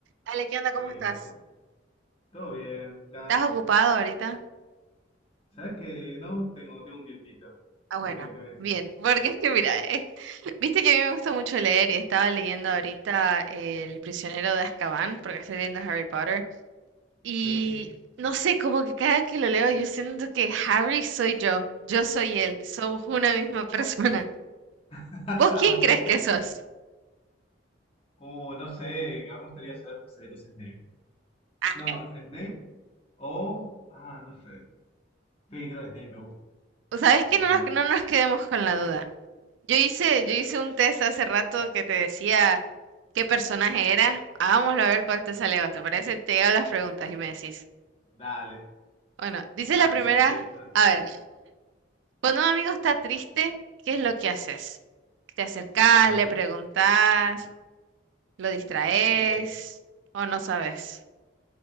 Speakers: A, on the right; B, on the left.
A: Dale, ¿qué onda? ¿Cómo
B: Buenas,
A: estás?
B: ¿cómo- ¿todo bien? Acá.
A: ¿Estás ocupado ahorita?
B: ¿Sabes que no? Tengo, tengo un tiempito.
A: Ah, bueno.
B: ¿Por qué? ¿Qué me decís?
A: Bien, porque es que mira, eh, viste que a mí me gusta mucho leer y estaba leyendo ahorita El prisionero de Azkaban, porque estoy viendo Harry Potter, y
B: Sí.
A: no sé, como que cada que lo leo yo siento que Harry soy yo, yo soy él, somos una misma <laughs> persona.
B: <laughs>
A: ¿Vos quién
B: Ok.
A: crees que sos?
B: Uh, no sé, que a mí me gustaría ser Severus Snape.
A: Ah,
B: No, Snape o... Ah, no sé. Sí, creo que Snape me gusta.
A: sabes
B: Me
A: que
B: gusta,
A: no nos,
B: me gusta.
A: no nos quedemos con la duda. Yo hice, yo hice un test hace rato que te decía qué personaje era. Hagámoslo a ver cuál te
B: Sí.
A: sale vos. ¿Te parece? Te hago las preguntas y me decís.
B: Dale,
A: Bueno, dice
B: dale,
A: la primera.
B: sí, sí. Esto...
A: A ver, cuando un amigo está triste, ¿qué es lo que haces? ¿Te acercás,
B: Ah, me
A: le
B: acer-
A: preguntás, lo distraes
B: eh,
A: o no sabes?